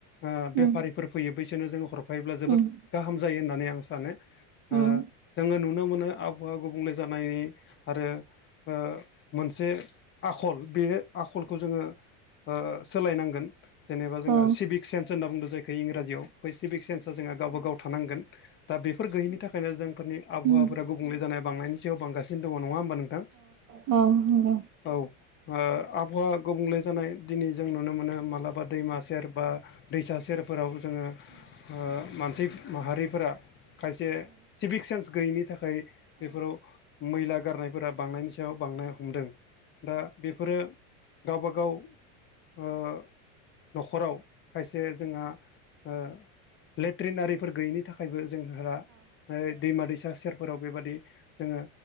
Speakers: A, on the left; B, on the right.
A: ओ
B: उम
A: बेफारिफोर फैयो बैसोरनो जोङो हर फायोब्ला जोबोद
B: उम
A: गाहाम जायो होननानै आं सानो ओ
B: नाजानांगोन
A: जोङो नुनो मोनो आबहावा गुबुंले जानाय आरो ओ मोनसे आखल बे आखलखौ जोङो ओ सोलायनांगोन जेनेबा जोङो
B: अ
A: सिभिक सेन्स होनना बुंदों जायखि इंराजियाव बै सिभिक सेन्सा जोंहा गावबा गाव थानांगोन दा बेफोर गैयैनि थाखायनो जोंफोरनि आबहावाफोरा
B: नंगौ
A: गुबुंले जानाय बांनायनि सायाव बांगासिनो दङ नङा होमबा नोंथां
B: गावबा गाव
A: औ ओ आबहावा गुबुंले जानाय दिनै जों नुनो मोनो मालाबा दैमा सेर बा दैसा सेरफोराव ओ ओ मानसि माहारिफोरा खायसे सिभिक सेन्स गैयिनि थाखाय बेफोराव मैला गारनायफोरा बांनायनि याव बांनाय हमदों। दा बेफोरो गावबागाव ओ न'खराव खायसे जोंहा ओ लेट्रिनारिफोर गैयिनि थाखायबो जोंहा फाय दैमा दैसा सेरफोराव बेबादि जोङो